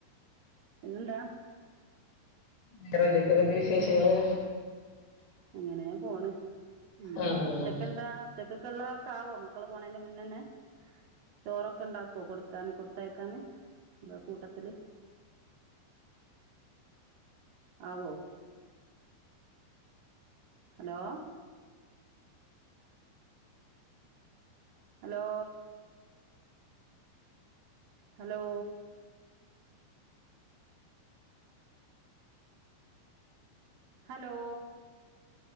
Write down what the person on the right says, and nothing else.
പിന്നെന്താ
അങ്ങനെ പോണ് ഉം
ഉച്ചക്കെന്താ ഉച്ചക്ക്ക്കുള്ള ക്ക ആവോ മക്കള് പോണയ്ന്റെ മുന്നന്നെ ചോറൊക്കെ ഉണ്ടാക്കോ കൊടുക്കാന് കൊടുത്തയക്കാന് എന്താ കൂട്ടത്തില്
ആവോ ഹലോ ഹലോ ഹലോ ഹലോ